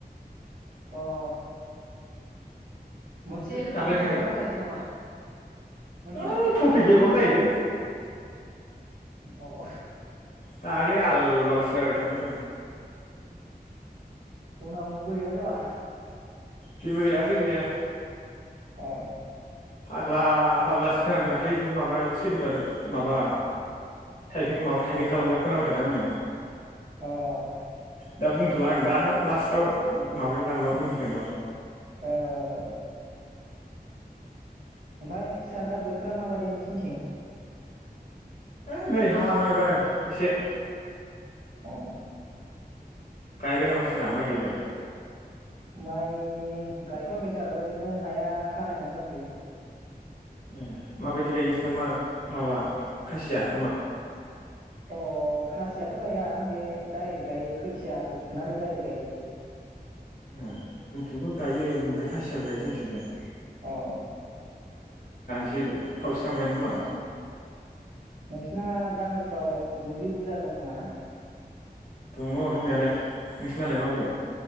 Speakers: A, on the right; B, on the left.
A: अ अ मोनसे
B: है दाख्लै
A: टपिक
B: जोङो
A: लाना रायलायसै नामा मोनसे
B: ओइ
A: टपिक
B: टफिग
A: लानो नामा
B: गैयाबाबो जाहोलै
A: अ
B: दाख्लै आल बालसो रायज्लायबाय थादों जों
A: उनाव बोरैबा जाबा
B: जेबोजाया जेबोजाया
A: अ
B: फाग्ला फाग्लासो खोनानानै दाख्लै माबा सोरनिबा माबा थाइपिं माबा थाइपिं खालामनायाव खोनाबाय थादों आङो
A: अ औ
B: दा बुंथला आं दा लास्टआव माबायाव दानबा बुंगोन र
A: औ औ ओमफफ्राय सार दा बोथोरा माबादै नोंसिनिथिं?
B: ओइ नै हाहां हाहां जादों एसे
A: ओ
B: गाय बाय नामा? ना माइ गायबाय।
A: माइ गायथवाखै सार ओरैनो हाया खारायनानै दंथयो।
B: ओम माबायदि गायो नोंसिना मा माबा खासिया नामा?
A: अ खासियाथ गाया बे डाइरेक्ट गायो खोथियाखौ फुनानै दडाइरेक्ट गायो।
B: ओ जोंथिंबो गायो ओमफ्राय खासियाबो गायो जोंसिंजाय ।
A: अ
B: <unintelligible> खोमा
A: अ नोंसिना। गामिफ्राव दुब्लि बुरजा दं खोमा ना?
B: दङ दंनायालाय। नोंसिनालाय माबोरै
A: अ